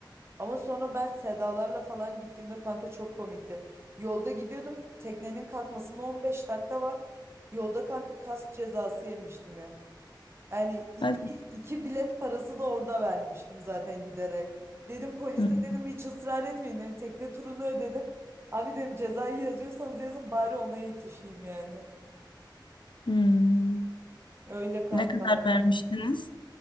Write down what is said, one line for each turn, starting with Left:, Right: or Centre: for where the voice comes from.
Right: Ama sonra ben Sedalarla falan gittiğimde kanka çok komikti. Yolda gidiyordum. Teknenin kalkmasına 15 dakika var. Yolda kanka kas cezası yemiştim ya. Yani iki,
Left: Hadi.
Right: iki bilet parası da orada vermiştim zaten giderek. Dedim polise
Left: Hı.
Right: dedim hiç ısrar etmeyin dedim. Tekne turunu ödedim. Abi dedim cezayı yazıyorsanız yazın bari ona yetişeyim yani.
Left: Hmm.
Right: Öyle kanka.
Left: Ne kadar vermiştiniz?